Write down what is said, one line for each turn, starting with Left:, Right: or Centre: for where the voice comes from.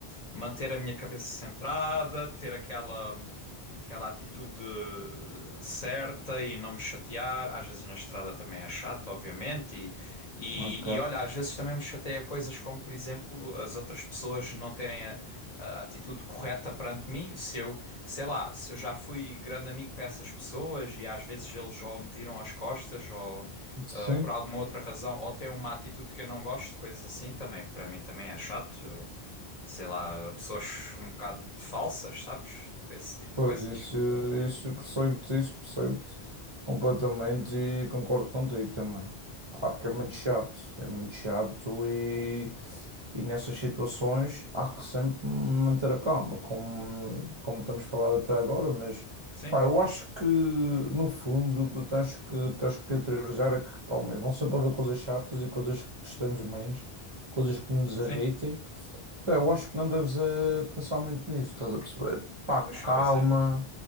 Left: manter a minha cabeça centrada, ter aquela aquela atitude certa e não me chatear. Às vezes na estrada também é chato, obviamente. E, e,
Right: Ok.
Left: e olha, às vezes também me chateia coisas como, por exemplo, as outras pessoas não terem a, a atitude correta perante mim. Se eu, sei lá, se eu já fui grande amigo para essas pessoas e às vezes eles ou me viram às costas ou.
Right: Sim,
Left: ah, por alguma outra razão, ou têm uma atitude que eu não gosto, coisas assim também, para mim também é chato sei lá, pessoas um bocado de falsas, sabes? Tipo, esse tipo de
Right: pois
Left: coisas.
Right: isso, isso percebo-te, isso percebo-te completamente e concordo contigo também. Claro que é muito chato, é muito chato e E nessas situações há que sempre manter a calma, como, como estamos falando até agora, mas
Left: Sim,
Right: pá, eu acho que no fundo o que tu tens que, tens que interiorizar é que, homem, vão sempre haver coisas chatas e coisas que gostamos menos, coisas que nos
Left: sim.
Right: irritem. Pá, eu acho que não deves eh, pensar muito nisso, estás a perceber? Pá,
Left: Pois,
Right: calma,
Left: pois é.